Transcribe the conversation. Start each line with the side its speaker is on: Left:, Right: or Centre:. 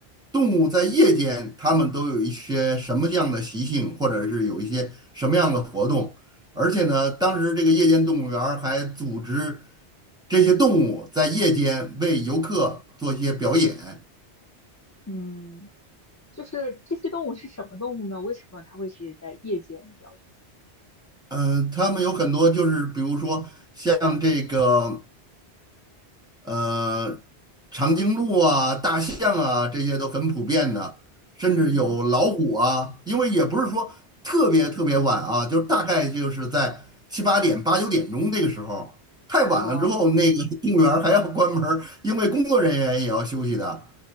Centre: 动物在夜间，它们都有一些什么样的习性，或者是有一些什么样的活动。而且呢，当时这个夜间动物园儿还组织这些动物在夜间为游客做一些表演。
Left: 嗯，就是这些动物是什么动物呢？为什么它会是在夜间表演？
Centre: 嗯、呃他们有很多就是，比如说像这个。呃，长颈鹿啊、大象啊，这些都很普遍的，甚至有老虎啊。
Left: 嗯
Centre: 因为也不是说特别特别晚啊，就是大概就是在七八点、八九点钟这个时候，太晚了之后，
Left: 啊
Centre: 那个 <laughs> 动物园儿还要关门儿因为工作人员也要休息的。